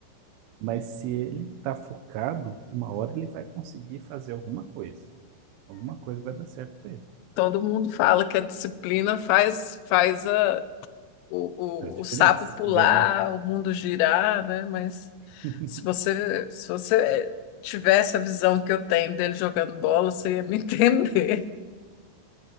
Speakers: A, on the right; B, on the left.
A: mas se ele está focado, uma hora ele vai conseguir fazer alguma coisa. Alguma coisa vai dar certo para ele.
B: Todo mundo fala que a disciplina faz, faz a, o,
A: Faz diferença,
B: o, o sapo pular,
A: ganha.
B: o mundo girar, né? Mas
A: <laughs>
B: se você, se você tivesse a visão que eu tenho dele jogando bola, você ia me <laughs> entender.